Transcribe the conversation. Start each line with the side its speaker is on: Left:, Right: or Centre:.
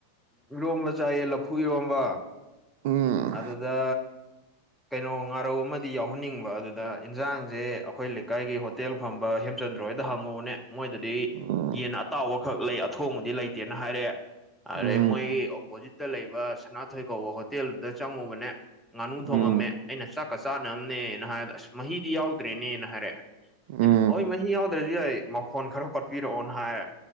Centre: ꯏꯔꯣꯝꯕ ꯆꯥꯏꯌꯦ ꯂꯐꯨ ꯏꯔꯣꯝꯕ
Right: ꯎꯝ
Centre: ꯑꯗꯨꯗ ꯀꯩꯅꯣ ꯉꯥꯔꯧ ꯑꯃꯗꯤ ꯌꯥꯎꯍꯟꯅꯤꯡꯕ ꯑꯗꯨꯗ ꯏꯟꯁꯥꯡꯁꯦ ꯑꯩꯈꯣꯏ ꯂꯩꯀꯥꯏꯒꯤ ꯍꯣꯇꯦꯜ ꯐꯝꯕ ꯍꯦꯝꯆꯟꯗ꯭ꯔ ꯍꯣꯏꯗ ꯍꯪꯉꯨꯅꯦ ꯃꯣꯏꯗꯗꯤ
Right: ꯎꯝ
Centre: ꯌꯦꯟꯅ ꯑꯇꯥꯎꯕꯈꯛ ꯂꯩ ꯑꯊꯣꯡꯕꯗꯤ ꯂꯩꯇ ꯇꯅ ꯍꯥꯏꯔꯦ ꯑꯗꯩ
Right: ꯎꯝ
Centre: ꯃꯣꯏꯒꯤ ꯑꯣꯄꯣꯖꯤꯠ ꯇ ꯂꯩꯕ ꯁꯅꯥꯊꯣꯏ ꯀꯧꯕ ꯍꯣꯇꯦꯜꯗꯨꯗ ꯆꯪꯉꯨꯕꯅꯦ ꯉꯥꯅꯨ
Right: ꯎꯝ
Centre: ꯊꯣꯡꯉꯝꯃꯦ ꯑꯩꯅ ꯆ ꯀ ꯆꯥꯅꯕꯅꯦꯅ ꯍꯥꯏ ꯑꯁ ꯃꯍꯤꯗꯤ ꯌꯥꯎꯗ꯭ꯔꯦꯅꯦꯅ ꯍꯥꯏꯔꯦ ꯍꯥꯏ
Right: ꯎꯝ
Centre: ꯍ ꯃꯍꯤ ꯌꯥꯎꯗ꯭ꯔꯁꯨ ꯌꯥꯏ ꯃꯐꯣꯟ ꯈꯔ ꯀꯣꯠꯄꯤꯔꯛꯑꯣꯅ ꯍꯥꯏꯔꯦ